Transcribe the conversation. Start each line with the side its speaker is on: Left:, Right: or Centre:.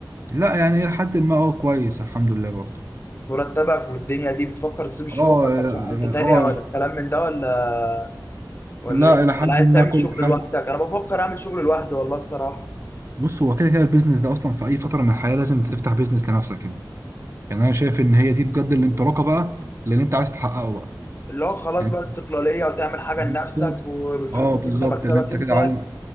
Right: لا يعني إلى حد ما هو كويس الحمد لله برضه
Left: مرتبك والدنيا دي بتفكر تسيب الشغل
Right: اه اه
Left: ولا تروح حتة تانية
Right: آه،
Left: ولا الكلام من ده ولا ولا
Right: لا
Left: ايه
Right: إلى حد
Left: ولا عايز
Right: ما
Left: تعمل
Right: كل
Left: شغل
Right: حاجة
Left: لوحدك انا بفكر اعمل شغل لوحدي والله الصراحة
Right: بص هو كده كده البيزنس ده أصلا في أي فترة من الحياة لازم تفتح بيزنس لنفسك يعني يعني أنا شايف إن هي دي بجد الانطلاقة بقى للي أنت عايز تحققه بقى
Left: اللي هو خلاص
Right: يعني
Left: بقى استقلالية وتعمل حاجة
Right: بالظبط.
Left: لنفسك وبفلوسك
Right: اه بالظبط
Left: انت مكسبك
Right: اللي انت
Left: انت
Right: كده عايز